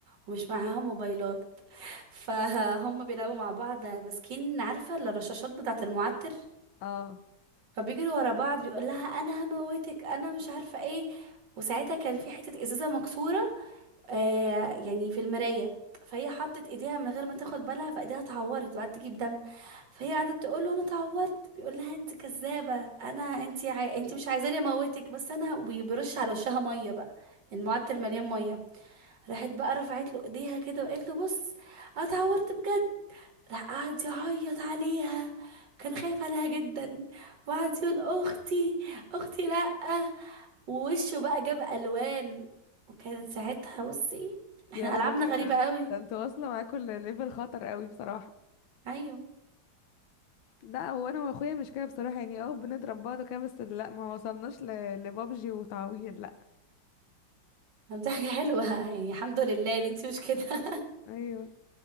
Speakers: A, on the right (about 65°); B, on the left (about 85°).
A: ومش معاهم موبايلات <laughs> فهم بيلعبوا مع بعض ماسكين عارفة الرشاشات بتاعة المعتر
B: اه
A: فبيجروا ورا بعض بيقول لها انا هموتك انا مش عارفة ايه وساعتها كان في حتة ازازة مكسورة آه يعني في المراية فهي حطت ايديها من غير ما تاخد بالها فايديها اتعورت وقعدت تجيب دم فهي قعدت تقول له انا اتعورت بيقول لها انت كذابة انا انت عاي... انت مش عايزاني اموتك بس انا وبيرش على وشها مية بقى المعتر مليان مية راحت بقى رفعت له ايديها كده وقالت له بص انا اتعورت بجد راح قعد يعيط عليها كان خايف عليها جدا وقعد يقول اختي اختي لا ووشه بقى جاب الوان وكانت ساعتها بصي احنا
B: يا لهوي
A: العابنا غريبه
B: ده
A: قوي
B: ده انتوا واصلة معاكوا ليفل خطر قوي بصراحة
A: ايوه
B: لا هو انا واخويا مش كده بصراحة يعني اه بنضرب بعض كده بس لا ما وصلناش ل... لبابجي وتعوير لا
A: طب دي حاجه حلوه يعني الحمد لله ان انتي مش كده <laughs>
B: ايوه